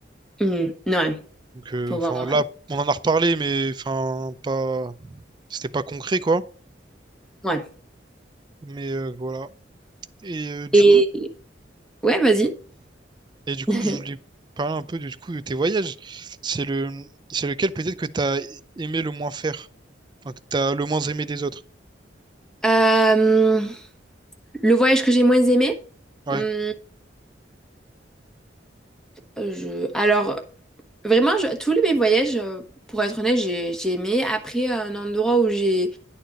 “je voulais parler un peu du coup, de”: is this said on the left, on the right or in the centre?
Right